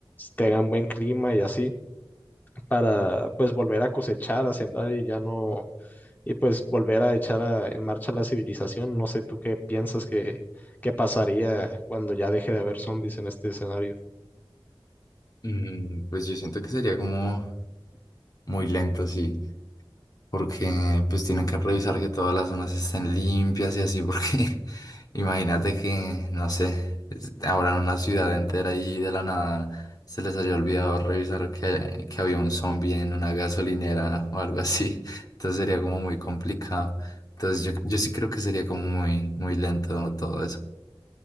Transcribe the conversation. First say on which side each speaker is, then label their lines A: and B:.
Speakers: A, on the left; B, on the left.
A: tengan buen clima y así, para pues volver a cosechar, a sembrar y ya no, y pues volver a echar a- en marcha la civilización. No sé tú qué piensas que, que pasaría cuando ya deje de haber zombies en este escenario.
B: Mm, Pues yo siento que sería como muy lento, sí, porque pues tienen que revisar que todas las zonas estén limpias y así, porque <laughs> imagínate que, no sé, es- abran una ciudad entera y de la nada se les haya olvidado revisar que, que había un zombie en una gasolinera o algo así, entonces sería como muy complicado. Entonces yo, yo sí creo que sería como muy, muy lento todo eso.